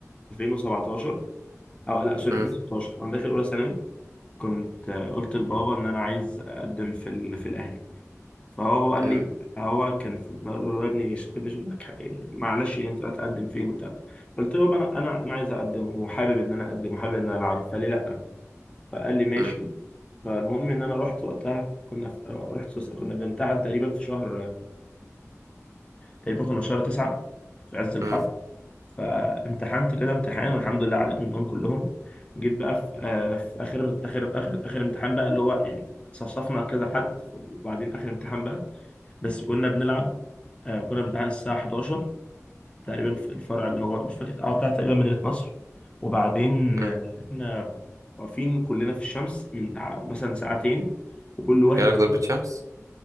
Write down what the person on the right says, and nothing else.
مم،
مم،
مم،
مم،
مم.
جالك ضربة شمس